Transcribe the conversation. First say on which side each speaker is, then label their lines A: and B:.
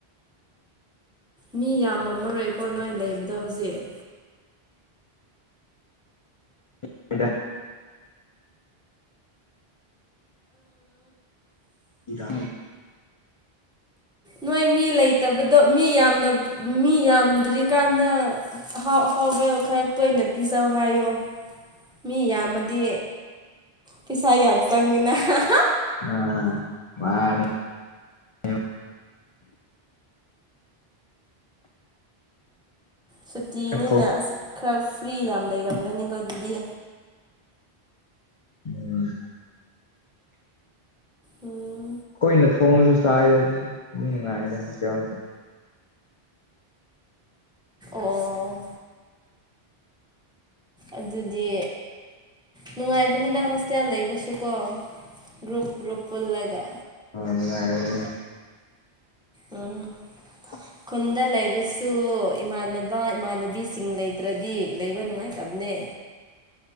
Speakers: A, in the centre; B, on the left.
A: ꯃꯤ ꯌꯥꯝꯃꯝꯑꯔꯣꯏꯀꯣ ꯅꯣꯏ ꯂꯩꯕꯗꯣ ꯍꯧꯖꯤꯛ꯫
B: <unintelligible> ꯗꯥ
A: ꯅꯣꯏ ꯃꯤ ꯂꯩꯇꯕꯗꯣ ꯃꯤ ꯌꯥꯝꯅ ꯃꯤ ꯌꯥꯝꯗ꯭ꯔꯤꯀꯥꯟꯗ ꯑꯍꯥꯎ ꯑ ꯑꯍꯎꯕꯣ ꯈꯔ ꯇꯣꯏꯅ ꯄꯤꯖꯧ ꯍꯥꯏꯌꯣ ꯃꯤ ꯌꯥꯝꯑꯗꯤ ꯄꯩꯁꯥ ꯌꯥꯝ ꯆꯪꯅꯤꯅ ꯑꯍꯍ꯫
B: ꯑ ꯃꯥꯅꯦ꯫ <unintelligible>
A: ꯁꯨꯇꯤꯅꯤꯅ
B: ꯊꯣꯡ
A: ꯑꯁ ꯈꯔ ꯐ꯭ꯔꯤ ꯌꯥꯝ ꯂꯩꯔꯝꯒꯅꯤꯀꯣ ꯑꯗꯨꯗꯤ꯫
B: ꯎꯝ꯫
A: ꯎꯝ꯫
B: ꯑꯩꯈꯣꯏꯅ ꯊꯣꯡꯉꯁꯨ ꯆꯥꯏꯗ ꯑꯗꯨꯝ ꯅꯨꯡꯉꯥꯏꯗ ꯍꯣꯁꯇꯦꯜꯁꯦ꯫
A: ꯑꯣ꯫ ꯑꯗꯨꯗꯤ ꯅꯨꯡꯉꯥꯏꯕꯅꯤꯗ ꯍꯣꯁꯇꯦꯜ ꯂꯩꯕꯁꯨꯀꯣ ꯒ꯭ꯔꯨꯞ ꯒ꯭ꯔꯨꯞ ꯄꯨꯜꯂꯒ꯫
B: ꯑꫭ ꯅꯨꯡꯉꯥꯏꯒꯅꯤ꯫ <inaudible>
A: ꯎꯝ ꯈꯨꯟꯗ ꯂꯩꯔꯁꯨ ꯏꯃꯥꯟꯅꯕ ꯏꯃꯥꯟꯅꯕꯤꯁꯤꯡ ꯂꯩꯇ꯭ꯔꯗꯤ ꯂꯩꯕ ꯅꯨꯡꯉꯥꯏꯇ ꯅꯦ